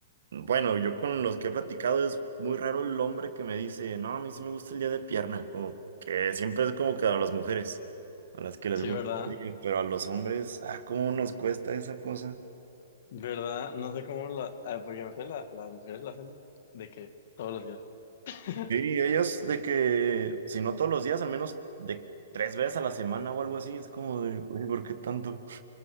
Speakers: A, on the right (about 70°); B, on the left (about 60°).
A: Bueno, yo con los que he platicado es muy raro el hombre que me dice, no, a mí sí me gusta el día de pierna, como que siempre es como que a las mujeres, a las que les
B: sí,
A: gusta,
B: ¿verdad?
A: pero a los hombres, ah, cómo nos cuesta esa cosa.
B: ¿Verdad? No sé cómo la... ah, Porque aparte la- las mujeres lo hacen de que todos los días. <laughs>
A: Sí, ellas de que, si no todos los días, al menos de tres veces a la semana o algo así, es como de, oye, ¿por qué tanto?